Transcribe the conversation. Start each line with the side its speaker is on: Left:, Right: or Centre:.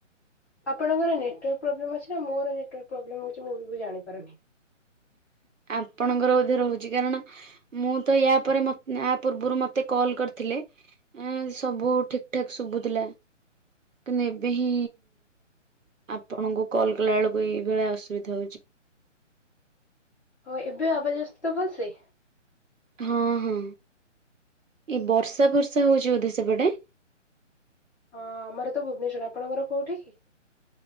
Centre: ଆପଣଙ୍କର ନେଟୱାର୍କ ପ୍ରୋବ୍ଲେମ୍ ଅଛି ନା ମୋର ନେଟୱର୍କ ପ୍ରୋବ୍ଲେମ୍ ଅଛି ମୁଁ ବି ଜାଣିପାରୁନି।
Right: ଆପଣଙ୍କର ବୋଧେ ରହୁଚି। କାରଣ ମୁଁ ତ ୟା ପରେ ମ ପୂର୍ବରୁ ମତେ କଲ୍ କରିଥିଲେ ଏଁ ସବୁ ଠିକ୍ ଠାକ୍ ଶୁଭୁଥିଲା। କିନ୍ତୁ ଏବେ ହିଁ ଆପଣଙ୍କୁ କଲ୍ କଲା ବେଳକୁ ଏଇଭଳିଆ ଅସୁବିଧା ହ
Centre: ହଉ ଏବେ ଆବାଜ ଆସୁଚି ତ ଭଲସେ?
Right: ହଁ ହଁ। ଏଇ ବର୍ଷା ଫର୍ଷା ହଉଚି ବୋଧେ ସେପଟେ?
Centre: ହଁ ଆମର ତ ଭୁବନେଶ୍ଵର। ଆପଣଙ୍କ ଘର କୋଉଠି କି?